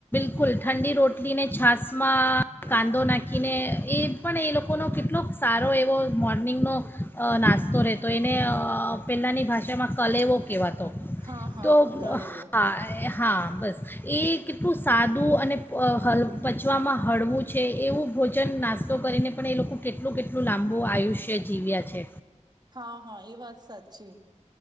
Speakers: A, on the left; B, on the right.
A: બિલકુલ ઠંડી રોટલીને છશમાં કાંદો નાખીને એ પણ એ લોકોનો કેટલોક સારો એવો મો મોરનિંગનો અ નાસ્તો રહેતો એને અ પહેલાંની ભાષામાં કલેવો કેવાતો
B: હા હા
A: તો
B: કલેવો
A: હા હા બસ એ કેટલું સાદું અને હ પચવામાં હળવું છે એવું ભોજન નાસ્તો કરીને પણ એ લોકો કેટલું કેટલું લાંબુ આવયુષ્ય તે જીવ્યા છે
B: હા હા એ વાત સાચી